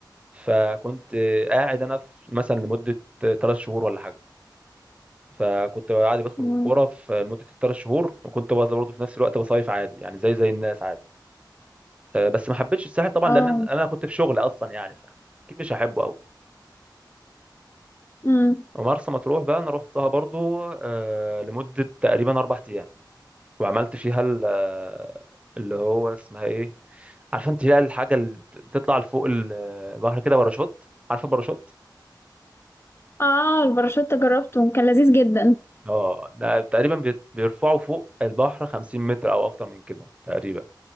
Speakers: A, on the right (about 15°); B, on the left (about 30°).
A: فكنت آه، قاعد انا في مثلا لمده ثلاث شهور ولا حاجه فكنت عادي بدخل
B: مم.
A: الكوره في لمده الثلاث شهور وكنت بس برضه في نفس الوقت بصيف عادي يعني زي زي الناس عادي آه، بس ما حبيتش الساحل طبعا
B: أه
A: لان انا كنت في شغل اصلا يعني فاكيد مش هحبه قوي
B: مم.
A: ومرسى مطروح بقى انا رحتها برضو آه، لمده تقريبا اربع ايام وعملت فيها ال- آه، اللي هو اسمها ايه عارفه انت لا الحاجه اللي بت- بتطلع لفوق البحر كده باراشوت عارفه باراشوت
B: أه الباراشوت جربته كان لذيذ جدا
A: اه ده تقريبا بيت- بيرفعوا فوق البحر 50 متر او اكتر من كده تقريبا